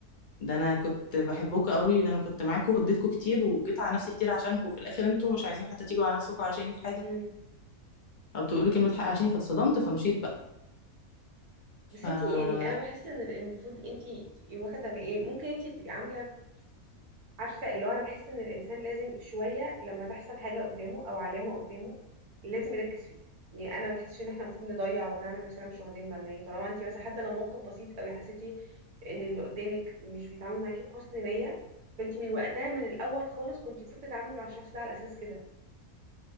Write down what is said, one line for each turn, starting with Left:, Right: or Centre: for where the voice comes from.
Left: ده أنا كنت بحبكم قوي ده أنا كنت معاكم واديتكم كتير وجيت على نفسي كتير عشانكم وفي الآخر أنتوا مش عايزين حتى تيجوا على نفسكم عشاني في حاجة
Right: امم
Left: او تقولي كلمه حق عشان فاتصدمت فمشيت بقى
Right: بس
Left: فماشي
Right: انتي يعني انا بحس ان المفروض انتي تبقي واخده بقى يعني ممكن انتي تبقي عامله عارفه اللي هو انا بحس ان الانسان لازم شويه لما تحصل حاجه قدامه او علامه قدامه لازم يركز فيها يعني انا ما بحسش ان احنا المفروض نضيع ونعمل نفسنا مش واخدين بالنا يعني طالما انتي مثلا حتى لو موقف بسيط قوي حسيتي ان اللي قدامك مش بيتعامل معاكي بحسن نيه فانتي من وقتها من الاول خالص كنتي المفروض تتعاملي مع الشخص ده على اساس كده